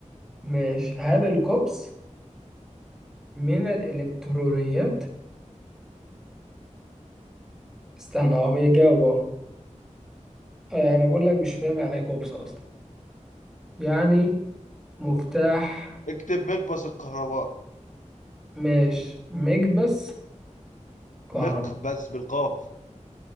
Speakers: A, in the centre; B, on the left (about 75°).
A: وماشي هل الكوبس من الإلكترونيات استنى هو بيجاوب أهو آه، يعني بقول لك مش فاهم يعني إيه كوبس أصلا يعني مفتاح
B: اكتب مقبس الكهرباء
A: ماشي مكبس كهرباء
B: مقبس بالقاف